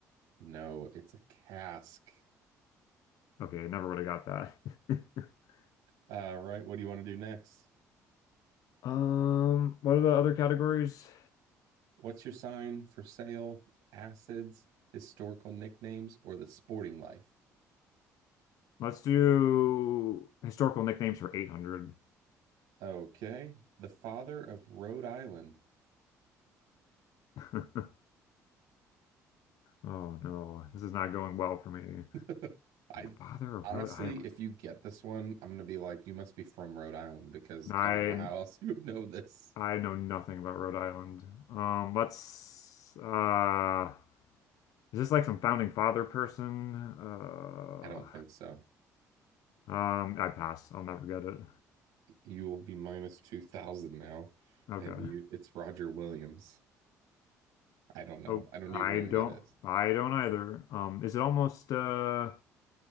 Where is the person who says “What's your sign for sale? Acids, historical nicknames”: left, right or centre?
Right